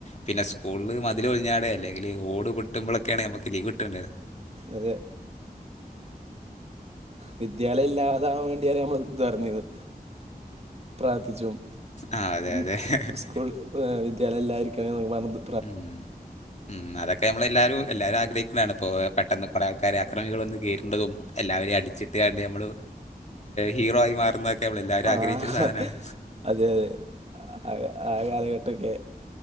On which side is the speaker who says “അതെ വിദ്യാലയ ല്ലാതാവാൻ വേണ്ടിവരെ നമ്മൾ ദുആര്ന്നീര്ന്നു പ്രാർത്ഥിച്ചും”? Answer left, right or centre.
Right